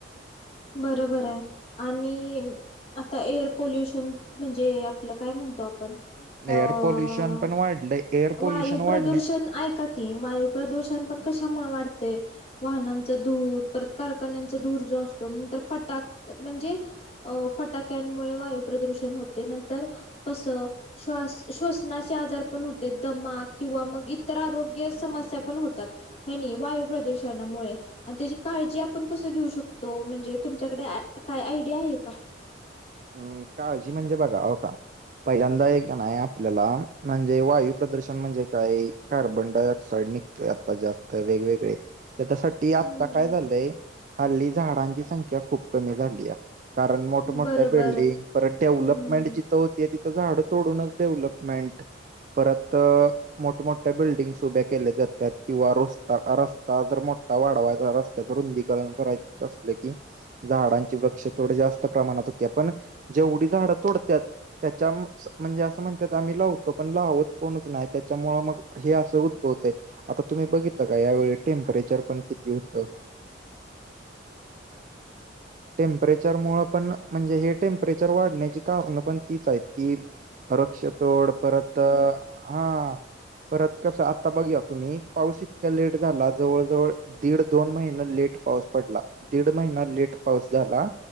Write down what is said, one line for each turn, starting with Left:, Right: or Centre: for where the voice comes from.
Left: बरोबर आहे आणि आता एअर पोल्युशन म्हणजे आपलं काय म्हणता. आपण अ......
Right: एअर पोल्युशन <unintelligible>
Left: वायू
Right: वाढण्या
Left: प्रदूषण ऐका कि वायू प्रदूषण पण कशामुळे वाढते. वाहनांचा धूर परत कारखान्यांचा धूर जो असतो. नंतर फटाक म्हणजे, अ.. फटाक्यांमुळे वायू प्रदूषण होते. नंतर कसं श्व.. श्वसनाचे आजार पण दमा किंवा मग इतर आरोग्य समस्या पण होतात. हनी वायू प्रदूषणामुळं. आणं त्याची काळजी आपण कसं घेऊ शकतो म्हणजे तुमच्याकडं काय आयडिया आहे का?
Right: हम्म काळजी म्हणजे बघा हो का. पहिल्यांदा हे का नाय आपल्याला म्हणजे वायू प्रदूषण म्हणजे काही कार्बन डायऑक्साइड निघ आता जास्त वेग-वेगळे. त्याच्यासाठी आता
Left: हम्म
Right: काय झालंय हल्ली झाडांची संख्या खूप कमी झालीया. कारण मोठमोठ्यां
Left: बरोबर
Right: बिल्डिंग परत डेव्हलपमेंटची
Left: हम्म
Right: होती तिथं झाड तोडूनचं डेव्हलपमेंट परत मोठमोठ्या बिल्डिंग्स उभ्या केल्या जातात किंवा रस्ता आ रस्ता जरा मो वाढवायचा रस्त्याचं रुंदीकरण करायचं असलं की. झाडांची वृक्षतोड जास्त प्रमाणात होत्यात पण जेवढी झाडं तोडत्याात. त्याच्या म स म्हणजे असं म्हणतात आम्ही लावतो पण लावत कोणचं नाही त्याच्यामुळं मग हे असं उद्भवतयं आता तुम्ही बघितलं का यावेळी टेम्परेचर चार पण किती होतं? टेम्परेचर मुळं पण. म्हणजे हे टेम्परेचर वाढण्याची कारणं पण तीच आहेत की वृक्षतोड. परत हा. परत कसं आता बघया तुम्ही पाऊस इतक्या लेट झाला जवळ जवळ दीड दोन महिने लेट पाऊस पडला. दीड महिना लेट पाऊस झाला